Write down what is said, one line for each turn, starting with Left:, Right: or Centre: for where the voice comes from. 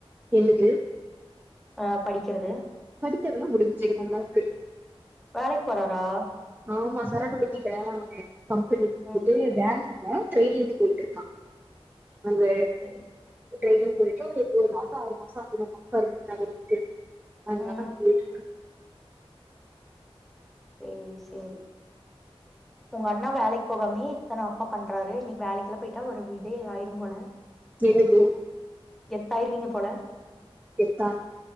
Right: என்னது
Centre: ஆஹ் படிக்குறது
Right: படிக்கறதெல்லா முடிஞ்சு எங்க அண்ணாக்கு
Centre: வேலைக்கு போறாரா
Right: ஆமா சரக்கு பட்டி கெலாங்க கம்ப் த்துட்டு
Centre: ம்
Right: வேல ஹ ட்ரெனிங்க்கு போயிட்டு இருக்கா அந்த
Centre: சேரி
Right: ட்ரெயினிங் போயிட்டு ஒரு ஒரு மூனு மாசோ ஆறு மாசோ அகுமாமா அஹன் <unintelligible> அங்கதா
Centre: ம்
Right: பேய்ருக்
Centre: சேரி சேரி உங்க அண்ணா வேலைக்கு போகாமே இத்தன அப்ப பண்றாரு இன்னைக்கு வேலைக்குல்லா போயிட்டா ஒரு இதே ஆய்ரு போல
Right: என்னது
Centre: கெத்தாயிருவீங்க போல
Right: கெத்தா